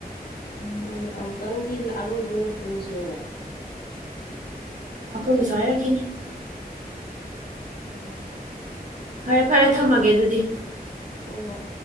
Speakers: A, on the left; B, on the right.
A: ꯃꯥꯅꯤ ꯑꯃꯨꯛꯇꯪꯗꯤ ꯑꯔꯣꯏꯕ ꯑꯣꯏꯅ ꯄꯨꯟꯁꯦꯗꯅ‌ꯦ
B: ꯑꯩꯈꯣꯏꯒꯤꯁꯨ ꯍꯥꯏꯔꯛꯈꯤꯅꯤ
A: ꯎꯝ
B: ꯐꯔꯦ ꯐꯔꯦ ꯊꯝꯃꯒꯦ ꯑꯗꯨꯗꯤ
A: ꯍꯣꯏ ꯍꯣꯏ